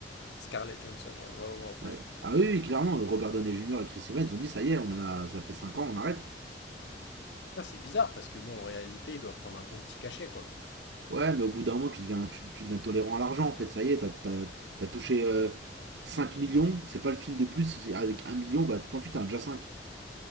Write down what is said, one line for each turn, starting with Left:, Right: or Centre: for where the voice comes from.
Left: Scarlett Johansson, ouais, ouais, moi après,
Right: Ouais.
Left: c'est
Right: Ah oui, oui, clairement, Robert Downey Jr. et Chris Evans, ils ont dit ça y est, on a, ça fait 5 ans, on arrête.
Left: Putain, c'est bizarre parce que bon, en réalité, ils doivent prendre un bon petit cachet, quoi.
Right: Ouais, mais au bout d'un moment, tu deviens, tu, tu deviens tolérant à l'argent, en fait. Ça y est, t'as, t'as- t'as touché euh, 5 millions, c'est pas le film de plus. Avec un million, bah, tu t'en fiches, t'en as déjà 5.